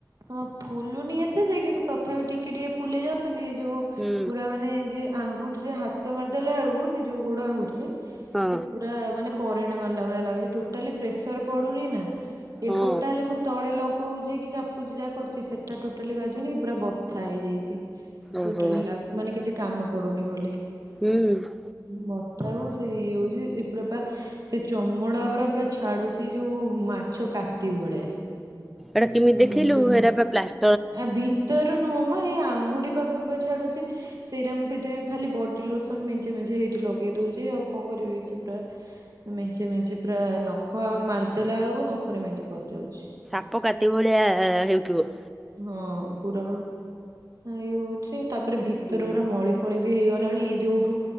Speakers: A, on the right; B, in the centre.
A: ହଁ ଫୁଲୁନି ଏତେ ଯେ କିନ୍ତୁ ତଥାପି ଟିକେ ଟିକେ ଫୁଲି ଯାଉଛି ଯୋଉ
B: ହୁଁ
A: ପୁରା ମାନେ ଯେ ଆଙ୍ଗୁଠିରେ ହାତ ମାରିଦେଲା ବେଳକୁ ସେ ଯୋଉ ଗୋଡ ଆଙ୍ଗୁଠି ରେ
B: ହଁ
A: ସେ ପୁରା ମାନେ କରେଣ୍ଟ ମାରିଲା ଭଳିଆ ଲାଗୁଛି ଟୋଟାଲି ପ୍ରେସର ପଡୁନି ନା ଏଇ
B: ହଁ
A: ଗୋଡଟା ହେଲେ ମୁଁ। ତଳେ ଲଗଉଛି କି ଚାପୁଛି ଯାହା କରୁଛି ସେଟା ଟୋଟାଲି ବାଜୁନି ପୁରା ବଥା ହେଇଯାଇଛି।
B: ଓହୋ।
A: ଟୋଟାଲି ମାନେ କିଛି କାମ କରୁନି ବୋଲି।
B: ହୁଁହ୍ନୁ।
A: ବଥାକୁ ସେଇ ଇଏ ହଉଛି ଏବେ ପା। ସେ ଚମଡା ପୁରା ଛାଡୁଛି ଯୋଉ ମାଛ କାତି ଭଳିଆ।
B: ଏଇଟା କେମିତି
A: ଆ
B: ଦେଖିଲୁ
A: ମେଞ୍ଚେ ମେଞ୍ଚେ
B: ହେଟା ପ୍ଲାଷ୍ଟିକ।
A: ଆ ଭିତର ନୁହଁମ ଏଇ ଆଙ୍ଗୁଠି ପାଖରୁ ବା ଛାଡୁଛି। ସେଇଟା ମୁଁ ସେଇଥିପାଇଁ ଖାଲି ବଡି ଲୋସନ ମେଞ୍ଚେ ମେଞ୍ଚେ ସେଇଠି ଲଗେଇ ଦଉଛି ଆଉ କଣ କରିବି କି ସେ ପୁରା। ମେଞ୍ଚି ମେଞ୍ଚି ପୁରା ନଖ ମାରିଦେଲା ବେଳକୁ ନଖରେ ମେଞ୍ଚି ପଶି ଯାଉଛି।
B: ସାପ କାତି ଭଳିଆ ହେଉଥିବ।
A: ହଁ ପୁରା ଇଏ ହଉଛି ତାପରେ ଭିତରେ
B: ହୁଁ
A: ପୁରା ମଳି। ଭଳି ବି ହେଇଗଲାଣି ଏଇ ଯୋଉଠୁ